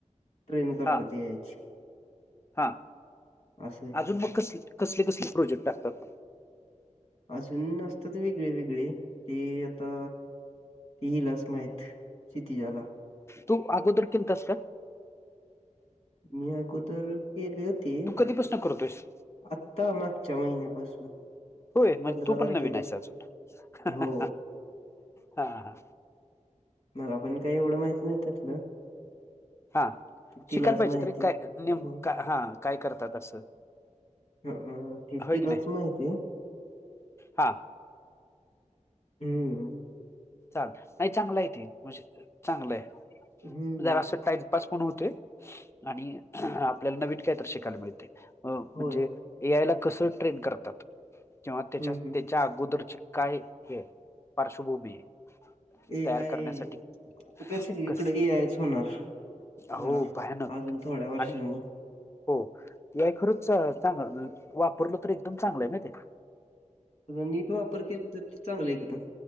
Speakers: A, on the left; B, on the left.
A: ट्रेन करतात
B: हा
A: ए आय ची
B: हा
A: असं आहे
B: अजून मग क कसले कसले प्रोजेक्ट असतात?
A: अजून असतात, वेगळे वेगळे ते आता ते हिलाच माहित, क्षितिजाला.
B: तू आगोदर केलतास का?
A: मी अगोदर केले होते.
B: तू कधीपासून करतोयस?
A: आत्ता, मागच्या महिन्यापासून.
B: होय, मग
A: पंधरा
B: तू
A: तारखेपासून
B: पण नवीन हायेस अजून
A: हो
B: हा.
A: मला पण काही एवढं माहित नाही त्यातलं,
B: हा,
A: ते तिलाच
B: शिकायला पाहिजे
A: माहिती
B: रे काय नेम
A: हो
B: का हा काय करतात असं.
A: ह ते
B: होय
A: तिलाच
B: की नाही
A: माहिती आहे.
B: हा
A: हम्.
B: चाल नाही चांगलं आहे ते, म्हणजे चांगलंय
A: हम्म
B: जर असं टाईम पास होते आणि आपल्याला नवीन काय तरी शिकायला मिळते अ म्हणजे
A: होय
B: ए आय ला कसं ट्रेन करतात किंवा त्याच्या
A: हम्म हम्म
B: ते च्या आगोदरची काय हे पार्श्वभूमी
A: ए
B: तयार
A: आय
B: करण्यासाठी
A: <unintelligible>
B: कस
A: इकड ए आयच होणार.
B: हो
A: बरा
B: भयानक
A: अजून थोड्या वर्षांनी.
B: आणि हो, ए आय. खरच चांगलं वापरल तर एकदम चांगलं आहे. माहिती काय
A: नीट वापर केला. तर ते चांगलं एकदम.